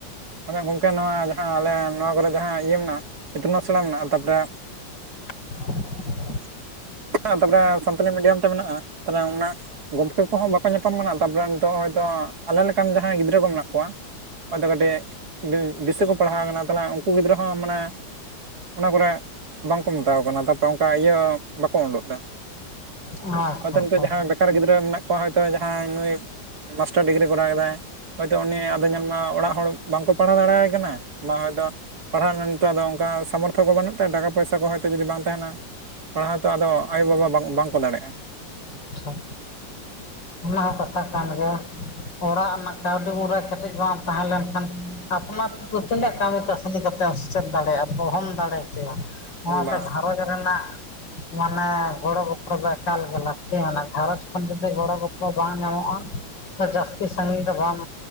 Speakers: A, on the right (about 50°); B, on the left (about 65°).
A: ᱟᱞᱮ ᱜᱚᱝᱠᱮ ᱱᱚᱣᱟ ᱡᱟᱦᱟᱸ ᱟᱞᱮ ᱱᱚᱣᱟ ᱠᱚᱨᱮ ᱡᱟᱦᱟᱸ ᱤᱭᱟᱹ ᱢᱮᱱᱟᱜᱼᱟ ᱤᱛᱩᱱ ᱟᱥᱲᱟ ᱢᱮᱱᱟᱜᱼᱟ ᱛᱟᱯᱚᱨᱮ
B: <unintelligible>
A: <unintelligible> ᱛᱟᱯᱚᱨᱮ ᱥᱟᱱᱛᱟᱞᱤ ᱢᱤᱰᱤᱭᱟᱢ ᱛᱮ ᱢᱮᱱᱟᱜᱼᱟ ᱛᱮ ᱚᱱᱟ ᱜᱚᱝᱠᱮ ᱠᱚᱦᱚᱸ ᱵᱟᱠᱚ ᱧᱟᱯᱟᱢ ᱠᱟᱱᱟ ᱛᱟᱨᱯᱚᱨᱮ ᱱᱤᱛᱚᱜ ᱟᱞᱮ ᱞᱮᱠᱟᱱ ᱡᱟᱦᱟᱸᱭ ᱜᱤᱫᱽᱨᱟᱹ ᱠᱚ ᱢᱮᱱᱟᱜ ᱠᱚᱣᱟ ᱦᱚᱭᱛᱳ ᱠᱟᱹᱴᱤᱡ ᱵᱤᱥᱟᱹ ᱠᱚ ᱯᱟᱲᱦᱟᱣ ᱟᱠᱟᱱᱟ ᱛᱟᱦᱚᱞᱮ ᱩᱱᱠᱩ ᱜᱤᱫᱽᱨᱟᱹ ᱦᱚᱸ ᱢᱟᱱᱮ ᱚᱱᱟ ᱠᱚᱨᱮ ᱵᱟᱝᱠᱚ ᱢᱮᱛᱟᱣ ᱟᱠᱚ ᱠᱟᱱᱟ <unintelligible> ᱚᱱᱠᱟ ᱤᱭᱟᱹ ᱵᱟᱠᱚ ᱩᱰᱩᱠ
B: ᱟᱪᱪᱷᱟ
A: ᱮᱫᱟ ᱱᱤᱛᱚᱜ
B: ᱟᱪᱪᱷᱟ
A: ᱡᱟᱦᱟᱸ ᱚᱠᱟᱨ ᱜᱤᱫᱽᱨᱟᱹ ᱢᱮᱱᱟᱜ ᱠᱚᱣᱟ ᱦᱚᱭᱛᱳ ᱡᱟᱦᱟᱸᱭ ᱱᱩᱭ ᱢᱟᱥᱴᱟᱨ ᱰᱤᱜᱽᱨᱤ ᱠᱚᱨᱟᱣ ᱮᱫᱟᱭ ᱦᱚᱭᱛᱚ ᱩᱱᱤ ᱟᱫᱚ ᱧᱮᱞ ᱢᱮ ᱚᱲᱟᱜ ᱦᱚᱲ ᱵᱟᱝᱠᱚ ᱯᱟᱲᱦᱟᱣ ᱫᱟᱲᱮᱭᱟᱭ ᱠᱟᱱᱟ ᱢᱟ ᱦᱚᱭᱛᱚ ᱯᱟᱲᱦᱟᱜ ᱨᱮᱱᱟᱜ ᱱᱤᱛᱚᱜ ᱫᱚ ᱚᱱᱠᱟ ᱥᱟᱢᱚᱨᱛᱷᱚ ᱠᱚ ᱵᱟᱹᱱᱩᱜ ᱛᱟᱭᱟ ᱴᱟᱠᱟ ᱯᱚᱭᱥᱟ ᱠᱚ ᱦᱚᱭᱛᱳ ᱡᱩᱫᱤ ᱵᱟᱝ ᱛᱟᱦᱮᱱᱟ ᱯᱟᱲᱦᱟᱣ ᱛᱚ ᱟᱫᱚ ᱟᱭᱳ ᱵᱟᱵᱟ ᱵᱟᱝ ᱵᱟᱝᱠᱚ ᱫᱟᱲᱮᱭᱟᱜᱼᱟ
B: ᱟᱪᱪᱷᱟ ᱚᱱᱟ ᱦᱚᱸ ᱠᱟᱛᱷᱟ ᱠᱟᱱ ᱜᱮᱭᱟ ᱚᱲᱟᱜ ᱨᱮᱱᱟᱜ ᱠᱟᱹᱣᱰᱤ ᱢᱩᱨᱟᱹᱭ ᱠᱟᱹᱴᱤᱡ ᱵᱟᱝ ᱛᱟᱦᱮᱸ ᱞᱮᱱᱠᱷᱟᱱ ᱟᱯᱱᱟᱨ ᱛᱤᱱᱟᱹᱜ ᱠᱟᱹᱢᱤ ᱠᱟᱹᱥᱱᱤ ᱠᱟᱛᱮᱢ ᱪᱮᱫ ᱫᱟᱲᱮᱭᱟᱜᱼᱟ ᱚᱦᱚᱢ ᱫᱟᱲᱮ ᱠᱮᱭᱟ ᱚᱱᱟᱛᱮ
A: ᱵᱟᱝ
B: ᱜᱷᱟᱨᱚᱡᱽ ᱨᱮᱱᱟᱜ ᱢᱟᱱᱮ ᱜᱳᱲᱳ ᱜᱳᱯᱚᱲᱳ ᱫᱚ ᱮᱠᱟᱞ ᱜᱮ ᱞᱟ ᱛᱮᱦᱮᱱᱟ ᱜᱷᱟᱸᱨᱚᱸᱡᱽ ᱠᱷᱚᱱ ᱡᱩᱫᱤ ᱜᱳᱲᱳ ᱜᱳᱯᱚᱲᱳ ᱵᱟᱝ ᱧᱟᱢᱚᱜᱼᱟ ᱡᱟᱹᱥᱛᱤ ᱥᱟᱺᱜᱤᱧ ᱫᱚ ᱵᱟᱝ